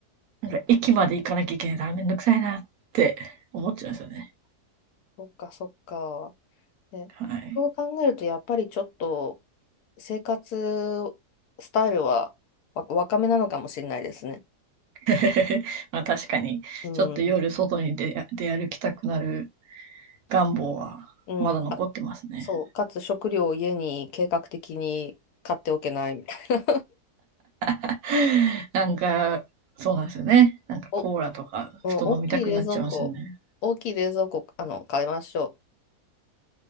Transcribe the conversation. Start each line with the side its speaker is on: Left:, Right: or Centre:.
Right: なんか駅まで行かなきゃいけないからめんどくさいなって思っちゃうんですよね。
Left: そっかそっか。ね、
Right: はい。
Left: そう考えると、やっぱりちょっと生活スタイルはわ若めなのかもしれないですね。
Right: <laughs> まあ確かに、
Left: うん、
Right: ちょっと夜外に出、出歩きたくなる願望はまだ残ってますね。
Left: うん、かそう、かつ食料を家に計画的に買っておけないみたいな。
Right: <laughs> なんか、そうなんですよね。なんかコーラとか、
Left: お、うん、大きい冷蔵庫、
Right: ふと飲みたくなっちゃいますよね。
Left: 大きい冷蔵庫、あの、買いましょ